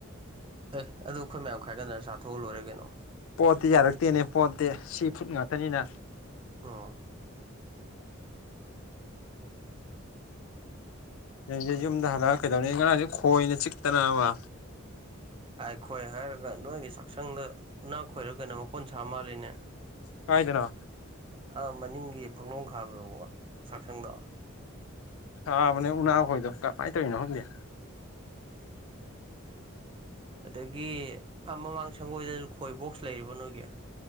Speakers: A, on the right; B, on the left.
A: ꯑꯦ ꯑꯗꯨ ꯑꯩꯈꯣꯏ ꯃꯌꯥꯝ ꯈꯥꯏꯒꯠꯗꯅ ꯆꯥꯊꯣꯛꯑ ꯂꯣꯏꯔꯦ ꯀꯩꯅꯣ
B: ꯄꯣꯠꯇꯤ ꯌꯥꯔꯛꯇꯦꯅꯦ ꯄꯣꯠꯇꯤ ꯁꯤ ꯐꯨꯠ ꯉꯥꯛꯇꯅꯤꯅ
A: ꯑꯥ
B: ꯅꯁꯦ ꯌꯨꯝꯗ ꯍꯜꯂꯛꯑꯒ ꯀꯩꯗꯧꯅꯤ ꯉꯔꯥꯡꯁꯦ ꯈꯣꯏꯅ ꯆꯤꯛꯇꯅꯕ
A: ꯑꯥꯏ ꯈꯣꯏ ꯍꯥꯏꯔꯒ ꯅꯣꯏꯒꯤ ꯆꯥꯛꯁꯪꯗ ꯎꯅꯥ ꯈꯣꯏꯔꯒꯅ ꯃꯀꯣꯟ ꯁꯥ ꯃꯥꯜꯂꯤꯅꯦ
B: ꯀꯥꯏꯗꯅꯣ
A: ꯑꯥ ꯃꯅꯤꯡꯒꯤ ꯐꯛꯂꯣꯝ ꯈꯥꯕꯗ ꯁꯛꯁꯪꯗ
B: ꯊꯥꯕꯅꯦ ꯎꯅꯥꯈꯣꯏꯣ ꯀꯃꯥꯏꯅ ꯇꯧꯔꯤꯅꯣ ꯈꯪꯗꯦ
A: ꯑꯗꯒꯤ ꯃꯃꯥꯡ ꯁꯪꯒꯣꯏꯗꯁꯨ ꯈꯣꯏꯕꯣꯛꯁ ꯂꯩꯔꯤꯕ ꯅꯣꯏꯒꯤ